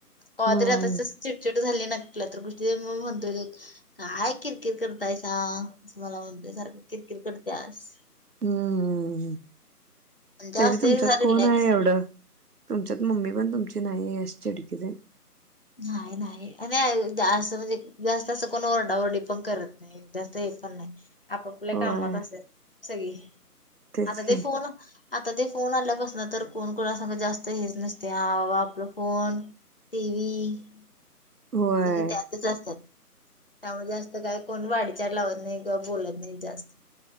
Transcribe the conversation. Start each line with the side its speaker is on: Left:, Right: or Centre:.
Left: कवा
Right: हम्म
Left: तरी आता असं चिडचिड झाली ना तुला तर किती वेळा मी म्हणतोय काय किरकिर करतायसा मला म्हणतोय सारख किर किरकिर करत्यास
Right: हम्
Left: आणि जास्त
Right: तरी तुमच्यात
Left: एक जरा
Right: कोण
Left: रिलॅक्स
Right: आहे एवढं तुमच्यात मम्मी पण तुमची नाहीय अशी चिडकीच आहे.
Left: नाही नाही आणि असं म्हणजे जास्त असं कोण ओरडाओरडी पण करत नाही जास्त नाही आपापल्या
Right: होय
Left: कामात असत्यात सगळी
Right: तेच
Left: आता
Right: की
Left: ते फोन आता ते फोन आल्यापासन तर कोण कोणासग जास्त हेच नसते हा बाबा आपला फोन टी व्ही
Right: होय
Left: सगळी त्यातच असतात. त्यामुळे जास्त काय कोण वाडीचार लावत नाही किंवा बोलत नाही जास्त